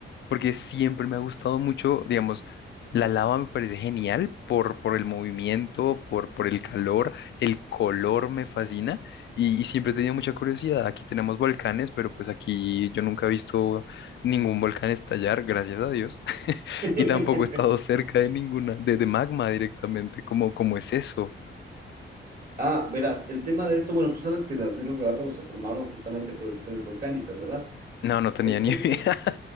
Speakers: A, on the left; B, on the right.
A: porque siempre me ha gustado mucho, digamos, la lava me parece genial por, por el movimiento, por, por el calor, el color me fascina y, y siempre he tenido mucha curiosidad. Aquí tenemos volcanes, pero pues aquí yo nunca he visto ningún volcán estallar, gracias a Dios, <laughs>
B: <laughs>
A: y tampoco he estado cerca de ninguna, de, de magma directamente, ¿cómo, cómo es eso?
B: ah, verás, el tema de esto, bueno, tú sabes que las Islas Galápagos se formaron justamente por erupciones volcánicas, ¿verdad?
A: No, no tenía
B: Entonces,
A: ni <laughs> idea.